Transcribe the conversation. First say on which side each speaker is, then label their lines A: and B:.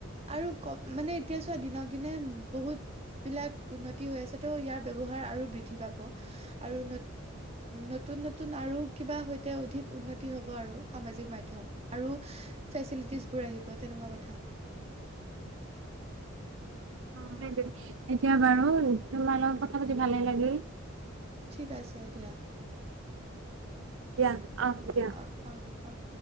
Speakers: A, on the right; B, on the right.
A: আৰু ক মানে এতিয়া চোৱা দিনক দিনে বহুত বিলাক উন্নতি হৈ আছে, ত' ইয়াৰ ব্যবহাৰ আৰু বৃদ্ধি পাব। আৰু নতুন নতুন আৰু কিবা সৈতে অধিক উন্নতি হ'ব আৰু সামাজিক মাধ্যম। আৰু ফেচিলিটিজ বোৰ আহিব তেনেকুৱা কথা।
B: অ' সেইটো, এতিয়া বাৰু তোমাৰ লগত কথা পাতি ভালে লাগিল।
A: ঠিক আছে দিয়া।
B: ইয়াত, অ'।
A: অ', অ', অ'।